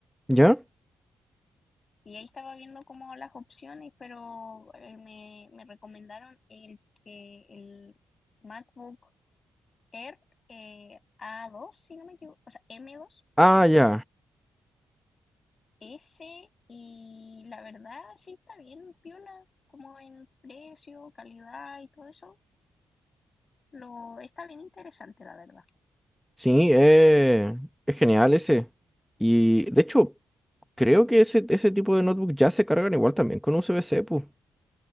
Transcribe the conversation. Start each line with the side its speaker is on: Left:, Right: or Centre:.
Centre: ¿Ya?
Left: y ahí estaba viendo como las opciones, pero eh, me, me recomendaron el que el MacBook Air eh, a dos si no me equivoco, o sea, m dos
Centre: Ah,
Left: perdón,
Centre: ya.
Left: ese y la verdad sí está bien, piola, como en precio, calidad y todo eso, lo está bien interesante, la verdad.
Centre: Sí, eh, es genial ese. Y de hecho, creo que ese, ese tipo de notebook ya se cargan igual también con USB-C, pues.